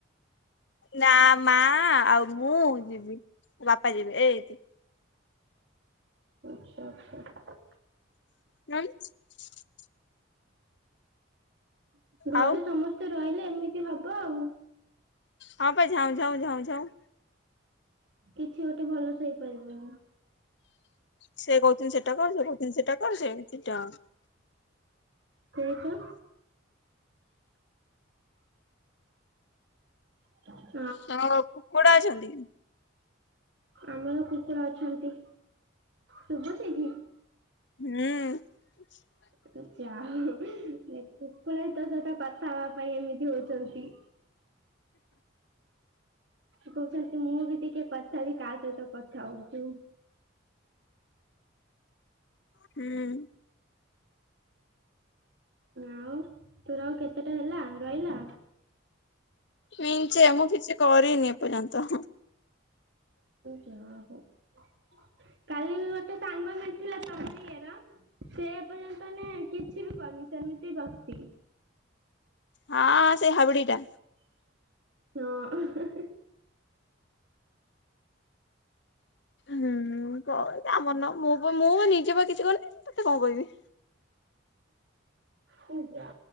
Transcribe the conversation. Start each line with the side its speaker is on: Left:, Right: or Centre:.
Left: ନା ମା ଆଉ ମୁଁ ଯିବି ବାପା ଯିବେ ଏଇ
Right: ଆଚ୍ଛା ଆଚ୍ଛା
Left: <unintelligible>
Right: ଘରେ
Left: ଆଉ
Right: ସମସ୍ତେ ରହିଲେ ଏମିତି ତିକି ଲୋକ ଆଉ
Left: ହଁ ପା ଝାଉଁ ଝାଉଁ ଝାଉଁ ଝାଉଁ
Right: କିଛି ଗୋଟେ ଭଲ ସେ ହେଇପାରିବନି।
Left: ସେ କହୁଛନ୍ତି ସେଟା କରୁଛ କହୁଛନ୍ତି ସେଟା କରୁଛେ ସେଟା
Right: କେଇ ଟା <unintelligible>
Left: ତମର କୁକୁଡ଼ା ଅଛନ୍ତି?
Right: ଆମର କୁକୁଡ଼ ଅଛନ୍ତି ଶୁବୁଚି କି?
Left: ହୁଁ।
Right: ତ ଯାହା ହୋଉ ଏ କୁକୁଡା ବି ତୋ ସହିତ କଥା ହେବା ପାଇଁ ଏମିତି ହଉଚନ୍ତି। କହୁଚନ୍ତି ମୁଁ ବି ଟିକେ କଥା ହେବି କାହା ସହିତ କଥା ହଉଚୁ।
Left: ହୁଁ
Right: ଆଉ ତୋର ଆଉ କେତେଟା ହେଲା ରହିଲା?
Left: ନି ଞ୍ଚେ ମୁଁ କିଛି କରିନି ଏପର୍ଯ୍ୟନ୍ତ।
Right: ଯା ହୋଉଁ କାଲି ବି ଗୋଟେ ସାଙ୍ଗ ମିଳିଥିଲା ତମ ଇଏର ସେ ଏ ପର୍ଯ୍ୟନ୍ତ ନା କିଛି ବି କରିନି ସେମିତି ବସିଚି।
Left: ହଁ ସେ ହାବିଡିଟା।
Right: ହଁ।
Left: ହୁଁ କରୁ ତା ମନ। ମୋ ପୁଅ ମୋ ଅନି ନିଜେ ବା କିଛି କରିନି ମୁଁ ତତେ କଣ କହିବି।
Right: ହୁଁ ଜ୍ଞା।